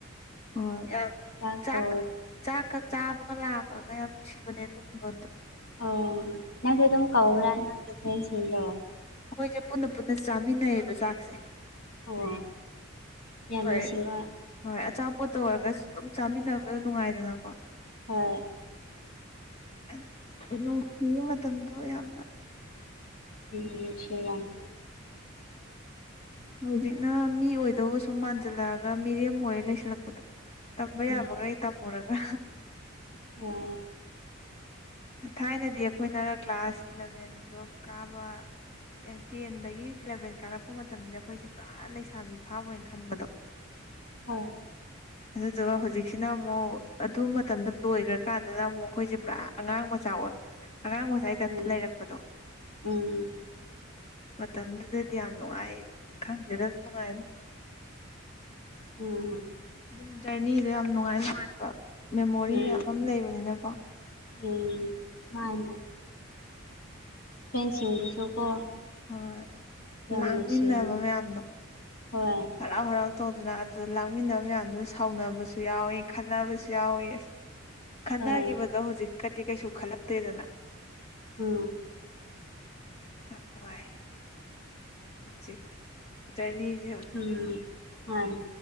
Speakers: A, on the left (about 30°); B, on the left (about 90°).
A: ꯍꯣꯏ ꯌꯥꯝ
B: ꯆꯥꯛ
A: ꯆꯥꯛꯀ
B: ꯀꯧ
A: ꯆꯥꯛꯀ ꯆꯥꯕꯒ ꯂꯥꯛꯄꯒ ꯌꯥꯝ ꯅꯨꯡꯁꯤꯕꯅꯦ ꯑꯗꯨꯒꯨꯝꯕꯗꯣ
B: ꯑꯣ ꯅꯪꯗꯤ ꯑꯗꯨꯝ ꯀꯧꯕ꯭ꯔꯥ ꯅꯪꯒꯤ ꯐ꯭ꯔꯦꯟꯁꯤꯡꯗꯣ?
A: ꯑꯩꯈꯣꯏꯁꯦ ꯄꯨꯟꯅ ꯄꯨꯟꯅ ꯆꯥꯃꯤꯟꯅꯩꯌꯦꯕ ꯆꯥꯛꯁꯦ
B: ꯑꯣ ꯌꯥꯝꯅꯨꯡꯁꯤꯕ
A: ꯍꯣꯏ ꯍꯣꯏ ꯑꯆꯥꯄꯣꯠꯇ ꯑꯣꯏꯔꯒꯁꯨ ꯑꯗꯨꯝ ꯆꯥꯃꯤꯟꯅꯕꯗ ꯅꯨꯡꯉꯥꯏꯗꯅꯀꯣ
B: ꯍꯣꯏ
A: <unintelligible> ꯅꯨꯡꯁꯤꯌ‌ꯦ ꯃꯇꯝꯗꯣ ꯌꯥꯝꯅ
B: ꯅꯨꯡꯁꯤꯔꯝꯅꯤ
A: ꯍꯧꯖꯤꯛꯅ ꯃꯤ ꯑꯣꯏꯗꯧꯕꯁꯨꯨꯝ ꯃꯥꯟꯖꯜꯂꯛꯑꯒ ꯃꯤꯔꯦꯝ ꯑꯣꯏꯔ ꯂꯩꯁꯜꯂꯛꯄꯗꯣ ꯇꯝꯕ
B: ꯎꯝ
A: ꯌꯥꯕꯒꯩ ꯇꯝꯃꯨꯔꯒ
B: ꯎꯝ
A: ꯊꯥꯏꯅꯗꯤ ꯑꯩꯈꯣꯏꯅ ꯀ꯭ꯂꯥꯁ ꯏꯂꯥꯚꯦꯟ ꯇꯨꯋꯦꯜꯐ ꯀꯥꯕ ꯑꯦ ꯇꯦꯟꯗꯥꯒꯤ ꯏꯂꯚꯦꯟ ꯀꯥꯔꯛꯄ ꯃꯇꯝꯁꯤꯗ ꯑꯩꯈꯣꯏꯁꯦ ꯄꯨꯔꯥ ꯂꯩꯁꯥꯕꯤ ꯐꯥꯕꯣꯏꯅ ꯈꯟꯕꯗꯣ
B: ꯍꯣꯏ
A: ꯑꯗꯨꯗꯨꯒ ꯍꯧꯖꯤꯛꯁꯤꯅ ꯑꯃꯨꯛ ꯑꯗꯨ ꯃꯇꯝꯗ ꯂꯣꯏꯈ꯭ꯔꯀꯥꯟꯗꯅ ꯑꯃꯨꯛ ꯑꯩꯈꯣꯏꯁꯦ ꯄꯨꯔꯥ ꯑꯉꯥꯡ ꯃꯆꯥ ꯑꯣꯏ ꯑꯉꯥꯡ ꯃꯆꯥꯒꯤ ꯇꯥꯥꯏꯞꯇ
B: ꯎꯝ
A: ꯂꯩꯔꯛꯄꯗꯣ
B: ꯎꯝ
A: ꯃꯇꯝꯗꯨꯗꯗꯤ ꯌꯥꯝ ꯅꯨꯡꯉꯥꯏ ꯈꯪꯗꯦꯗ ꯑꯗꯨꯝ ꯅꯨꯡꯉꯥꯏꯉꯣ
B: ꯎꯝ
A: ꯑꯗꯨꯝ ꯖꯔꯅꯤꯗꯣ ꯌꯥꯝ ꯅꯨꯡꯉꯥꯏ ꯅꯨꯡꯉꯥꯏꯕ ꯃꯦꯃꯣꯔꯤ
B: ꯎꯝ
A: ꯃꯌꯥꯝ ꯑꯃ ꯂꯩꯕꯅꯤꯅꯀꯣ
B: ꯎꯝ ꯃꯥꯅꯦ ꯐ꯭ꯔꯦꯟꯁꯤꯡꯗꯨꯁꯨꯀꯣ
A: ꯍꯣꯏ
B: ꯌꯥꯝꯅꯥ
A: ꯂꯥꯡꯃꯤꯟꯅꯕ
B: ꯅꯨꯡꯁꯤꯔꯝꯅꯤ
A: ꯃꯌꯥꯝꯗꯣ
B: ꯍꯣꯏ
A: ꯍꯔꯥꯎ ꯍꯔꯥꯎ ꯇꯧꯗꯅ ꯑꯗꯨꯗ ꯂꯥꯡꯃꯤꯟꯅ ꯃꯌꯥꯝꯗꯨ ꯁꯥꯎꯅꯕꯁꯨ ꯌꯥꯎꯋꯤ ꯈꯠꯅꯕꯁꯨ ꯌꯥꯎꯋꯤ ꯑꯁ ꯈꯠꯅꯈꯤꯕꯗꯣ
B: ꯍꯣꯏ
A: ꯍꯧꯖꯤꯛꯀꯗꯤ ꯀꯩꯁꯨ ꯈꯜꯂꯛꯇꯦꯗꯅ
B: ꯎꯝ
A: ꯌꯥꯝ ꯅꯨꯡꯉꯥꯏ ꯍꯧꯖꯤꯛ ꯖꯔꯅꯤꯖꯦ
B: ꯎꯝ ꯃꯥꯅꯦ